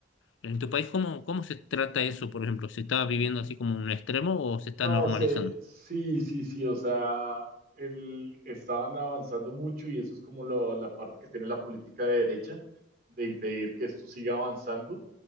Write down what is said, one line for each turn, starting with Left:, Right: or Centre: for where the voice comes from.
Left: En tu país, ¿cómo, cómo se trata eso, por ejemplo? ¿Se está viviendo así como un extremo o se está
Right: No
Left: normalizando?
Right: sé, sí, sí, sí, o sea, el, estaban avanzando mucho y eso es como lo- la parte que tiene la política de derecha, de impedir que esto siga avanzando.